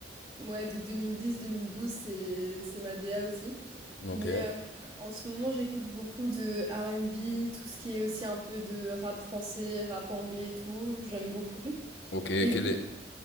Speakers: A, on the right (about 30°); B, on the left (about 65°).
A: ouais, de 2010-2012, c'est c'est ma DA aussi.
B: Ok.
A: Mais euh, en ce moment, j'écoute beaucoup de R&B, tout ce qui est aussi un peu de rap français, rap anglais et tout, j'aime beaucoup.
B: Ok,
A: Et
B: quel est...